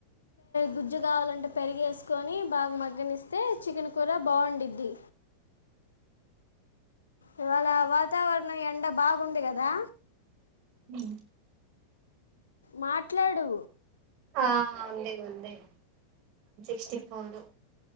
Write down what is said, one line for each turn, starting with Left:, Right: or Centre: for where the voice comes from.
Left: గుజ్జు కావాలంటే పెరిగేసుకొని బాగ మగ్గని ఇస్తే చికెన్ కూర బాగుండిద్ది ఇవాళ వాతావరణం ఎండ బాగుంది కదా
Right: ఉ
Left: మాట్లాడు
Right: ఆ ఉంది ఉంది వన్ సిక్స్టీ ఫోర్